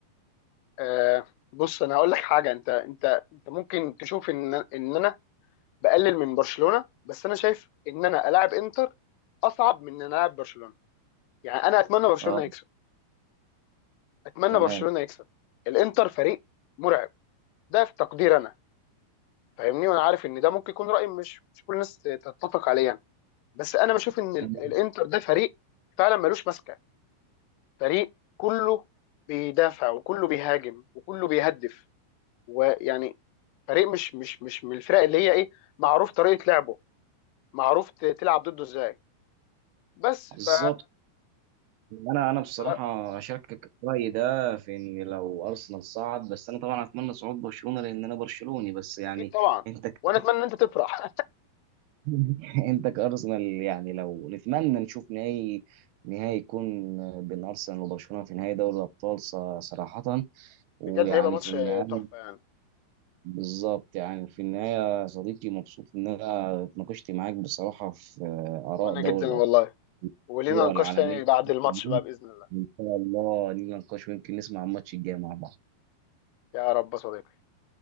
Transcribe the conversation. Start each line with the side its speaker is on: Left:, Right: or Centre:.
Left: آه بص انا هقول لك حاجه انت انت انت ممكن تشوف ان ان انا بقلل من برشلونه بس انا شايف ان انا العب انتر اصعب من ان انا العب برشلونه يعني انا اتمنى برشلونه
Right: اه
Left: يكسب اتمنى
Right: تمام
Left: برشلونه يكسب الانتر فريق مرعب ده في تقدير انا فاهمني وانا عارف ان ده ممكن يكون راي مش مش كل الناس تتفق عليه يعني بس انا بشوف ان ال-
Right: تمام
Left: الانتر ده فريق فعلا ملوش ماسكه فريق كله بيدافع وكله بيهاجم وكله بيهدف ويعني فريق مش مش مش من الفرق اللي هي ايه معروف طريقه لعبه معروف ت- تلعب ضده ازاي بس
Right: بالظبط
Left: ف
Right: انا انا بصراحه
Left: ف-
Right: اشاركك الراي ده في ان لو ارسنال صعد بس انا طبعا اتمنى صعود برشلونه لان انا برشلوني بس يعني
Left: اكيد طبعا
Right: انت ك-
Left: وانا اتمنى ان انت تفرح
Right: <laughs> انت كارسنال يعني لو نتمنى نشوف نهائي نهائي يكون بين ارسنال وبرشلونه في نهائي دوري الابطال ص- صراحه
Left: <laughs>
Right: ويعني
Left: بجد هيبقى ماتش
Right: في النهايه
Left: تحفه يعني
Right: بالظبط يعني في النهايه يا صديقي مبسوط ان انا اتناقشت معاك بصراحه في اراء
Left: وانا
Right: دوري
Left: جدا والله
Right: الابطال
Left: ولينا
Right: الكرة
Left: نقاش
Right: العالميه
Left: تاني بعد الماتش
Right: وان
Left: بقى بإذن الله
Right: شاء الله نيجي نناقش ويمكن نسمع الماتش الجاي مع بعض
Left: يا رب يا صديقي